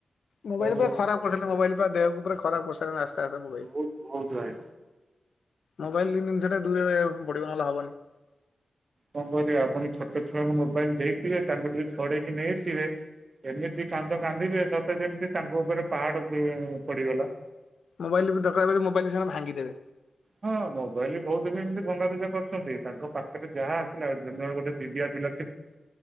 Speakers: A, on the left; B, on the right.
A: ମୋବାଇଲ୍
B: ଆଉ
A: ପୁରା ଖରାପ କରିସାରିଲାଣି ମୋବାଇଲ୍ ପୁରା ଦେହକୁ ପୁରା ଖରାପ କରିସାରିଲାଣି ଆସ୍ତେ ଆସ୍ତେ ମୋବାଇଲ୍।
B: ବହୁତ ବହୁତ ଭାଇ
A: ମୋବାଇଲ୍ <unintelligible> ସେଟା ଦୂରରେ ରହିବାକୁ ପଡ଼ିବ ନହେଲେ ହବନି।
B: କଣ କରିବା ଆପଣ ଛୋଟ ଛୁଆଙ୍କୁ ମୋବାଇଲ୍ ଦେଇଥିବେ ତାଙ୍କୁ ଟିକେ ଛଡ଼େଇ କି ନେଇଆସିବେ ଏମିତି କାନ୍ଦ କାନ୍ଦିବେ ସତେ ଯେମିତି ତାଙ୍କ ଉପରେ ପାହାଡ଼ ଉଁ ପଡ଼ିଗଲା।
A: ମୋବାଇଲ୍ ବି ଦରକାର୍ ପଡ଼ିଲେ ମୋବାଇଲ୍ ସେମାନେ ଭାଙ୍ଗିଦେବେ।
B: ହଁ ମୋବାଇଲ୍ ବହୁତ୍ ବି ଏମିତି ଭଙ୍ଗା ରୁଜା କରୁଛନ୍ତି ତାଙ୍କ ପାଖରେ ଯାହା ଆସିଲା ଯେତେବେଳେ ଗୋଟେ ଯିଦିଆ ପିଲା